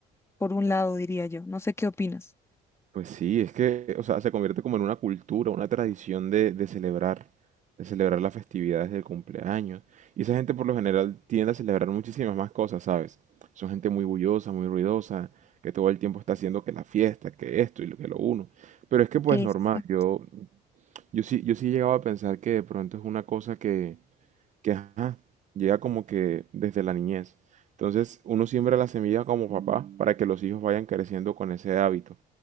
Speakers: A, on the left (about 15°); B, on the right (about 45°).
A: Por un lado, diría yo. No sé qué opinas.
B: Pues sí, es que, o sea, se convierte como en una cultura, una tradición de, de celebrar, de celebrar las festividades del cumpleaños. Y esa gente por lo general tiende a celebrar muchísimas más cosas, ¿sabes? Son gente muy bullosa, muy ruidosa, que todo el tiempo está haciendo que la fiesta, que esto y lo que lo uno. Pero es que pues
A: Exacto,
B: normal, yo, yo sí, yo sí llegaba a pensar que de pronto es una cosa que, que ajá, llega como que desde la niñez. Entonces uno siembra la semilla como papá para que los hijos vayan creciendo con ese hábito